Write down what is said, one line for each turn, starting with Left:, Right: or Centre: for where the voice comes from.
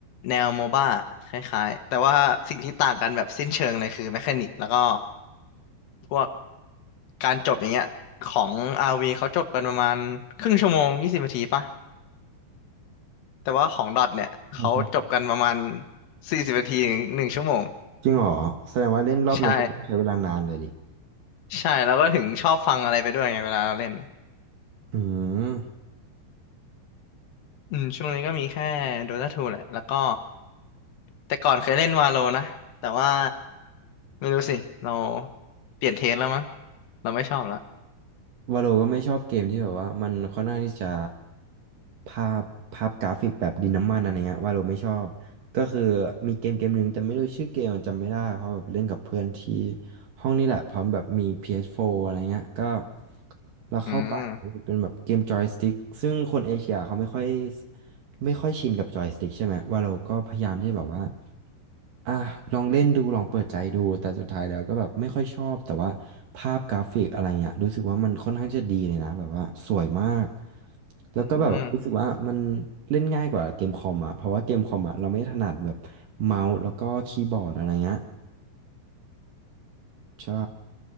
Left: แนวโมบ้าคล้ายๆแต่ว่าสิ่งที่ต่างกันแบบสิ้นเชิงเลยคือแมคานิกแล้วก็พวกการจบอย่างเงี้ยของ RV เขาจบกันประมาณครึ่งชั่วโมงยี่สิบนาทีปะแต่ว่าของดอทเนี่ยเขาจบกันประมาณ
Right: ใช่ใช่
Left: สี่สิบนาทีถึงหนึ่งชั่วโมง
Right: จริงเหรอแสดงว่าเล่นรอบหนึ่งก็ต้องใช้เวลานานเลยดิ
Left: ใช่ใช่แล้วก็ถึงชอบฟังอะไรไปด้วยไงเวลาเราเล่น
Right: อืม
Left: อืมช่วงนี้ก็มีแค่โดตาทูแหละ แล้วก็แต่ก่อนเคยเล่นวาโลนะ แต่ว่าไม่รู้สิเราเปลี่ยนเทสแล้วมั้งเราไม่ชอบแล้ว
Right: วาโลก็ไม่ชอบเกมที่แบบว่ามันค่อนข้างที่จะภาพภาพกราฟิกแบบดินน้ำมันอะไรเงี้ยวาโลไม่ชอบก็คือมีเกมเกมหนึ่งแต่ไม่รู้ชื่อเกมมันจำไม่ได้เพราะแบบเล่นกับเพื่อนที่ห้องนี่แหละพร้อมแบบมี PS4 อสโฟร์อะไรเงี้ยก็เราเข้าไป
Left: อืม
Right: เป็นแบบเกมจอยสติ๊กซึ่งคนเอเชียเขาไม่ค่อยไม่ค่อยชินกับจอยสติ๊กใช่ไหมวาโลก็พยายามที่จะแบบว่า อ่ะลองเล่นดูลองเปิดใจดูแต่สุดท้ายแล้วก็แบบไม่ค่อยชอบแต่ว่าภาพกราฟิกอะไรเงี้ยรู้สึกว่ามันค่อนข้างจะดีเลยนะแบบว่าสวยมากแล้วก็อแบบรู้สึกว่ามัน
Left: อืม
Right: เล่นง่ายกว่าเกมคอมอ่ะเพราะว่าเกมคอมอ่ะเราไม่ถนัดแบบเมาส์แล้วก็คีย์บอร์ดอะไรเงี้ยใช่